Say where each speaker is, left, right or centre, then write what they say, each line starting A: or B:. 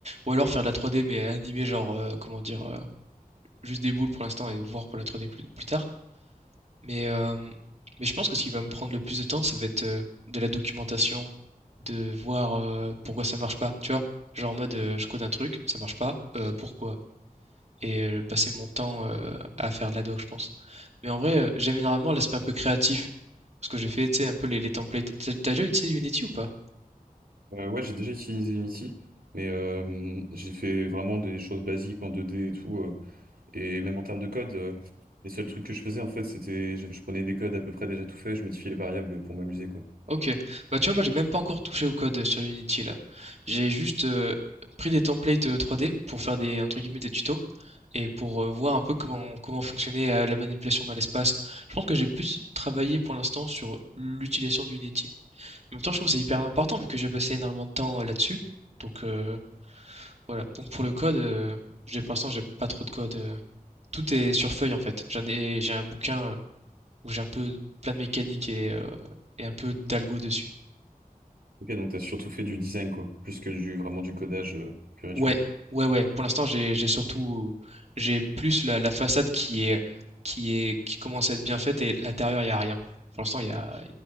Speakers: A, on the right; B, on the right.
A: Ou alors faire de la 3D, mais animer, genre, euh, comment dire, euh, juste des boules pour l'instant et voir pour la 3D plus, plus tard. Mais, euh, mais je pense que ce qui va me prendre le plus de temps, ça va être euh, de la documentation, de voir euh, pourquoi ça marche pas, tu vois. Genre en mode, euh, je code un truc, ça marche pas, euh, pourquoi? et euh, passer mon temps euh, à faire de la doc, je pense. Mais en vrai, euh, j'aime énormément l'aspect un peu créatif. Parce que j'ai fait, tu sais, un peu les, les templates. T'as t'as déjà utilisé Unity ou pas?
B: Euh, ouais, j'ai déjà utilisé Unity, mais euh, j'ai fait vraiment des choses basiques en 2D et tout. euh, et même en termes de code, euh, les seuls trucs que je faisais, en fait, c'était... Je je prenais des codes à peu près déjà tout faits, je modifiais les variables pour m'amuser, quoi.
A: Ok. Bah tu vois, moi j'ai même pas encore touché au code euh, sur Unity là. J'ai juste euh, pris des templates euh, 3D pour faire des, entre guillemets, des tutos et pour euh, voir un peu comment, comment fonctionnait euh, la manipulation dans l'espace. Je pense que j'ai plus travaillé pour l'instant sur l'utilisation d'Unity. En même temps, je trouve que c'est hyper important vu que j'ai passé énormément de temps euh, là-dessus. Donc, euh, Voilà. Donc pour le code, euh, j'ai pour l'instant j'ai pas trop de code. euh. tout est sur feuille en fait. J'en ai j'ai un bouquin euh, où j'ai un peu plein de mécaniques et, euh, et un peu d'algo dessus.
B: Ok, donc t'as surtout fait du design, quoi, plus que du vraiment du codage euh, pur et
A: Ouais,
B: dur.
A: ouais, ouais. Pour l'instant j'ai j'ai surtout j'ai plus la, la façade qui est qui est qui commence à être bien faite et l'intérieur il y a rien. Pour l'instant il y a